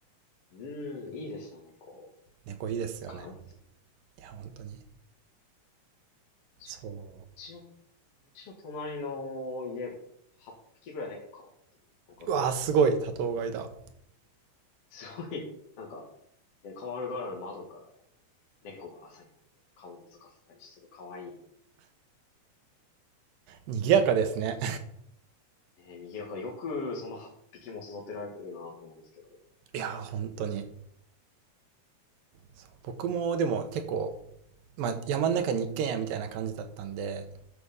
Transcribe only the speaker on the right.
猫いいですよね。
いや、本当に。
そ
う。うわー、すごい。多頭飼いだ。
賑やかですね。
<laughs> いやー、本当に。そう僕もでも結構、まあ、山の中に一軒家みたいな感じだったんで、